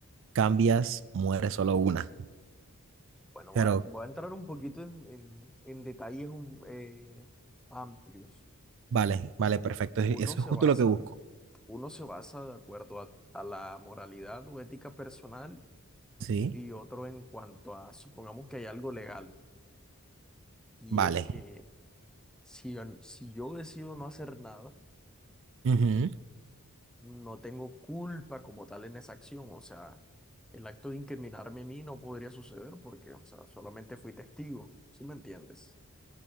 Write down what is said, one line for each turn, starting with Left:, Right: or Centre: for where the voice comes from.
Right: cambias, muere solo una.
Centre: Bueno,
Right: Pero
Centre: voy a, voy a entrar un poquito en, en- en detalles um, eh, amplios.
Right: Vale, vale, perfecto.
Centre: Uno
Right: e- Eso
Centre: se
Right: es justo
Centre: basa,
Right: lo que busco.
Centre: uno se basa de acuerdo a a la moralidad o ética personal
Right: Sí,
Centre: y otro en cuanto a, supongamos que hay algo legal, y
Right: vale.
Centre: es que si, an- si yo decido no hacer nada,
Right: Ujú,
Centre: no tengo culpa como tal en esa acción, o sea, el acto de incriminarme a mí no podría suceder porque, o sea, solamente fui testigo, ¿sí me entiendes?